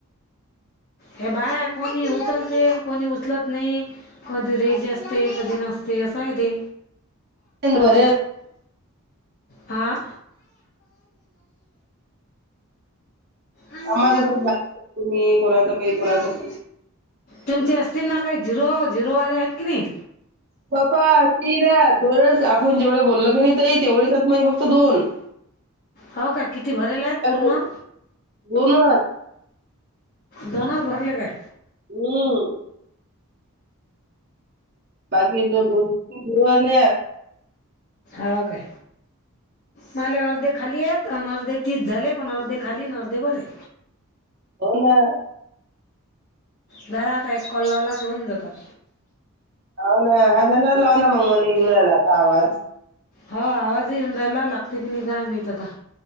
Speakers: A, on the left (about 45°); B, on the right (about 45°).
A: हे बाया कोणी उचलते कोणी उचलत नाही. कधी रेंज असते कधी नसते असं आहे ते.
B: भरेल
A: हां. आणून
B: आम्हाला
A: आपण
B: कस तुम्ही कोणाचं काही
A: आणा
B: कोणाचं
A: नाही
B: काही.
A: तुमचे असतील ना काही झिरो झिरोवाले आहेत की नाही?
B: बापा तीन दोनच आपण जेवढं बोललो की नाही ताई तेवढेच <unintelligible> फक्त दोन <inaudible>
A: हो काय किती भरेल आहेत
B: त्या
A: पूर्ण?
B: को- दोनच.
A: दोनच भरले काय?
B: हम्. बाकी चे दोन, दोन
A: आळ काय, मले अर्धे खाली आहेत अन अर्धे- तीस झाले पण अर्धे खाली अर्धे वर हाय.
B: हो ना.
A: झाला आता एक कॉल लावला कि होऊन जातात.
B: हो ना, हा झालेवर लाव ना मग माला ई ना झालाय आता आवाज.
A: हो आवाज ई ना झालाय लागते की नाही काय माहित आता.